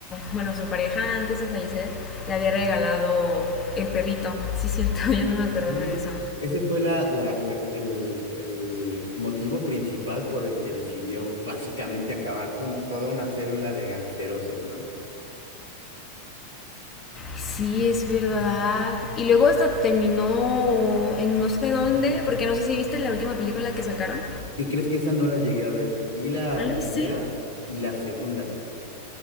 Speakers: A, on the left; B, on the left.
A: bueno, su pareja antes de fallecer le había regalado el perrito. Sí, es cierto, <laughs> yo no me acordaba
B: Sí,
A: de eso.
B: ese fue la, la- la- el, el motivo principal por el que decidió básicamente acabar con toda una célula de gangsterosos, ¿no?
A: Sí, es verdad. Y luego hasta terminó en no sé dónde, porque no sé si viste la última película que sacaron.
B: ¿Qué crees que esa no la llegué a ver? Vi la
A: ¿No lo
B: primera
A: viste?
B: y la segunda.